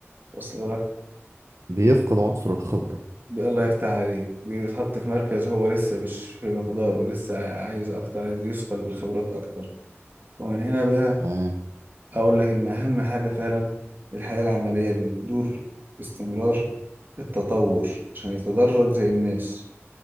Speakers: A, on the right (about 45°); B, on the right (about 80°).
A: وصل لك
B: بيفقد عنصر الخبرة
A: بي- الله يفتح عليك بيتحط في مركز هو لسه مش في مقداره لسه عايز أكتر عايز يثقل بالخبرات أكتر ومن هنا بقى
B: تمام
A: أقول لك إن أهم حاجة فعلا الحياة العملية اللي بتدور باستمرار التطور عشان يتدرج زي الناس